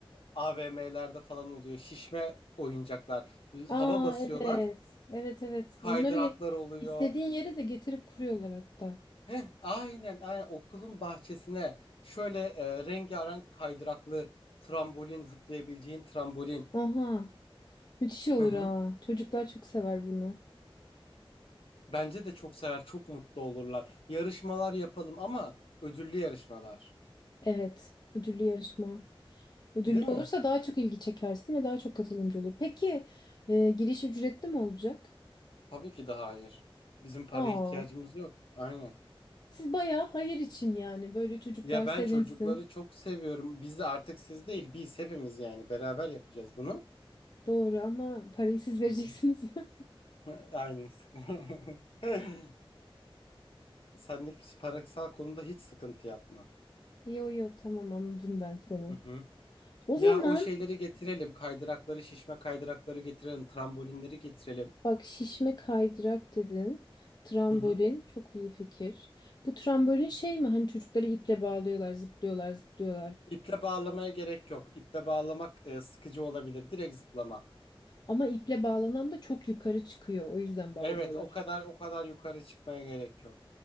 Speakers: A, on the left; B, on the left.
A: AVM'lerde falan oluyor. Şişme oyuncaklar.
B: Aa
A: Hava basıyorlar.
B: evet. Evet evet.
A: Kaydıraklar
B: Onları ge-
A: oluyor.
B: istediğin yere de getirip kuruyorlar hatta.
A: Heh, aynen, aynen okulun bahçesine şöyle e, rengarenk kaydıraklı trambolin zıplayabileceğin trambolin.
B: Aha. Müthiş olur
A: Hı hı.
B: ha. Çocuklar çok sever bunu.
A: Bence de çok sever, çok mutlu olurlar. Yarışmalar yapalım ama ödüllü yarışmalar.
B: Evet. Ödüllü yarışma. Ödüllü
A: Değil mi?
B: olursa daha çok ilgi çekersin ve daha çok katılımcı olur. Peki e, giriş ücretli mi olacak?
A: Tabii ki de hayır. Bizim paraya
B: Aa,
A: ihtiyacımız yok. Aynen.
B: siz bayağı hayır için yani böyle çocuklar
A: Ya ben
B: sevinsin.
A: çocukları çok seviyorum. Biz de artık siz değil, biz hepimiz yani beraber yapacağız bunu.
B: Doğru ama parayı siz vereceksiniz
A: Hı hı.
B: ya.
A: <laughs> Aynen. <laughs> Sendeki parasal konuda hiç sıkıntı yapma.
B: <laughs> Yo yo tamam anladım ben seni.
A: Hı hı.
B: O
A: Ya
B: zaman
A: o şeyleri getirelim. Kaydırakları, şişme kaydırakları getirelim. Trambolinleri getirelim.
B: <clears throat> bak şişme kaydırak dedin. Trambolin
A: Hı hı.
B: çok iyi fikir. Bu trambolin şey mi hani çocukları iple bağlıyorlar zıplıyorlar zıplıyorlar.
A: İple bağlamaya gerek yok. İple bağlamak e, sıkıcı olabilir. Direkt zıplama.
B: Ama iple bağlanan da çok yukarı çıkıyor o yüzden bağlıyorlar.
A: Evet, o kadar o kadar yukarı çıkmaya gerek yok.